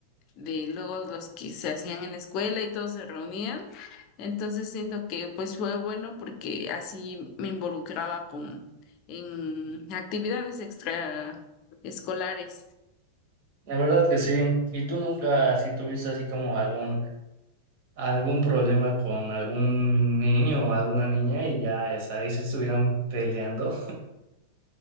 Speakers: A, on the left; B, on the right.
A: de luego los que se hacían en la escuela y todos se reunían. Entonces siento que pues fue bueno porque así me involucraba con en actividades extraescolares.
B: La verdad que sí. ¿Y tú nunca así tuviste así como algún algún problema con algún niño o alguna niña y ya es ahí se estuvieran peleando?